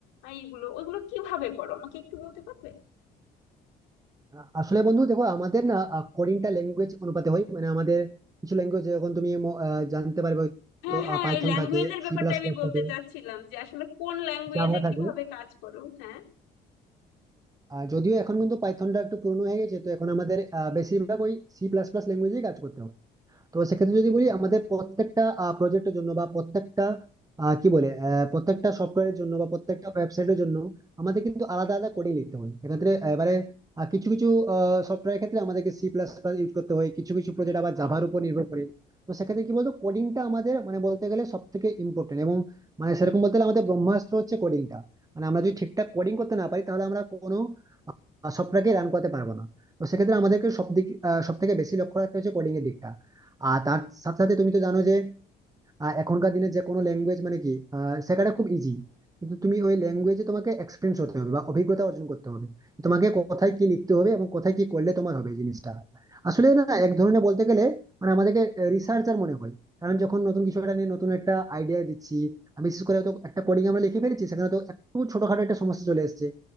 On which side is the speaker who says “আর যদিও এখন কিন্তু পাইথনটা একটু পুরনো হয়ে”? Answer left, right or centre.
Right